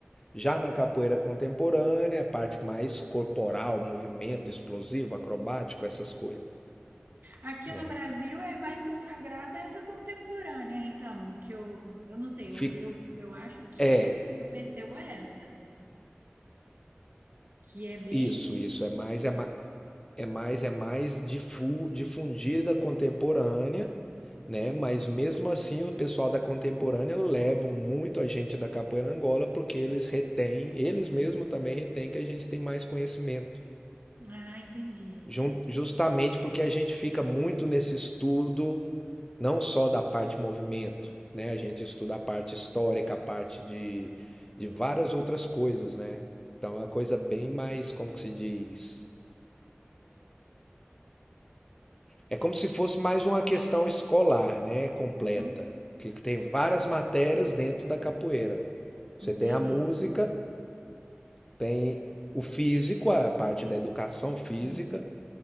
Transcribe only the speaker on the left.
Já na capoeira contemporânea, a parte mais corporal, movimento explosivo, acrobático, essas coisas,
né?
Fi-
é,
isso, isso é mais, é mais. é mais é mais difu- difundida contemporânea, né? Mas mesmo assim o pessoal da contemporânea levam muito a gente da capoeira Angola porque eles retêm, eles mesmos também retêm que a gente tem mais conhecimento.
Jun- Justamente porque a gente fica muito nesse estudo não só da parte movimento, né? A gente estuda a parte histórica, a parte de, de várias outras coisas, né? Então é uma coisa bem mais, como que se diz? É como se fosse mais uma questão escolar, né? Completa.
Que que tem várias matérias dentro da capoeira. Você
tem a música, tem o físico, a parte da educação física,